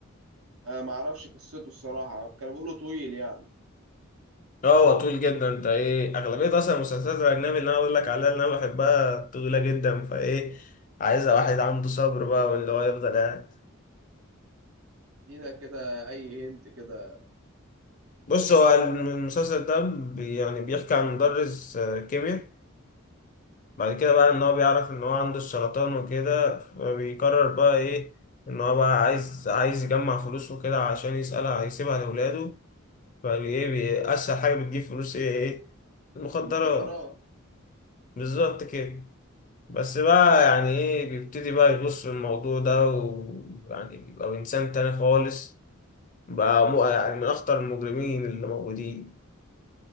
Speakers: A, on the right (about 85°); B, on the left (about 40°).
A: أنا معرفش قصته الصراحة كانوا بيقولوا طويل يعني
B: اه هو طويل جدا انت ايه اغلبيه اصلا المسلسلات الاجنبي اللي انا بقول لك عليها اللي انا بحبها طويله جدا فايه عايزه واحد عنده صبر بقى واللي هو يفضل قاعد
A: دينا كده أي هنت كده
B: بص هو المسلسل ده بي يعني بيحكي عن مدرس آه، كيمياء بعد كده بقى ان هو بيعرف ان هو عنده السرطان وكده فبيقرر بقى ايه ان هو بقى عايز عايز يجمع فلوس وكده عشان يسألها هيسيبها لاولاده فايه بي- اسهل حاجه بتجيب فلوس ايه ايه المخدرات
A: المخدرات
B: بالظبط كده بس بقى يعني ايه بيبتدي بقى يغوص في الموضوع ده ويعني بيبقى انسان تاني خالص بقى مو يعني من اخطر المجرمين اللي موجودين